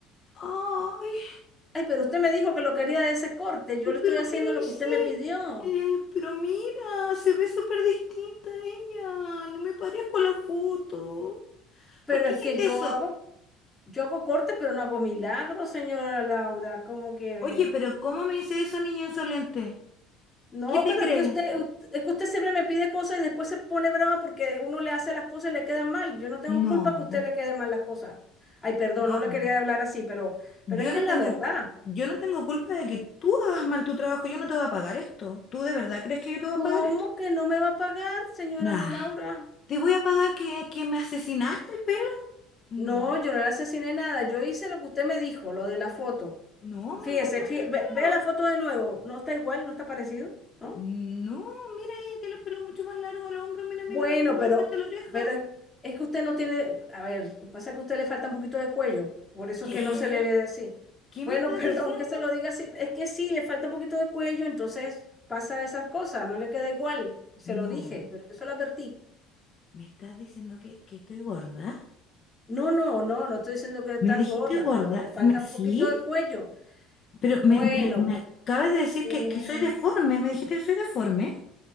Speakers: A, on the left; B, on the left.
A: Ay.
B: Ay, pero usted me dijo que lo quería de ese corte. Yo le estoy
A: ¿Pero
B: haciendo
A: qué me
B: lo
A: hiciste?
B: que usted me pidió.
A: Pero mira, se ve súper distinta ella. No me parezco a la foto.
B: Pero
A: ¿Por qué
B: es
A: hiciste
B: que yo
A: eso?
B: hago, yo hago cortes, pero no hago milagros, señora Laura. ¿Cómo quiere?
A: Oye, pero ¿cómo me dice eso, niña insolente?
B: No,
A: ¿Qué te
B: pero
A: crees?
B: es que usted, es que usted siempre me pide cosas y después se pone brava porque uno le hace las cosas y le quedan mal. Yo no tengo
A: No,
B: culpa que a usted le quede mal las cosas. Ay, perdón,
A: no,
B: no le quería hablar así, pero,
A: yo
B: pero es que
A: no
B: es
A: tengo,
B: la verdad.
A: yo no tengo culpa de que tú hagas mal tu trabajo. Yo no te voy a pagar esto. ¿Tú de verdad crees que yo te voy
B: ¿Cómo
A: a pagar esto?
B: que no me va a pagar, señora
A: Nah,
B: Ana Laura?
A: ¿te voy a pagar que, que me asesinaste el pelo? No,
B: No, yo no le asesiné nada. Yo hice lo que usted me dijo, lo de la foto.
A: no, me
B: Fíjese,
A: mostraste
B: fí-
A: el
B: ve-
A: pelo.
B: vea la foto de nuevo. No está igual, no está parecido, ¿no?
A: No, mira, ella tiene el pelo mucho más largo al hombro, mira,
B: Bueno,
A: me lo, me lo
B: pero,
A: deja hasta la oreja.
B: pero es, es que usted no tiene, a ver, pasa que a usted le falta un poquito de cuello, por eso
A: ¿Qué?
B: es que no se le ve así.
A: ¿Qué
B: Bueno,
A: me estás
B: <laughs> perdón
A: diciendo?
B: que se lo diga así, es que sí, le falta un poquito de cuello, entonces pasa esas cosas, no le queda igual, se lo
A: No,
B: dije, pero yo se lo advertí.
A: ¿me estás diciendo que, que estoy gorda?
B: No, no, no, no estoy diciendo que estás
A: ¿Me dijiste
B: gorda,
A: gorda?
B: pero le falta
A: Me- sí,
B: un poquito de cuello.
A: pero
B: Bueno,
A: me, me, me acabas de decir
B: eh,
A: que, que soy deforme, me dijiste que soy deforme.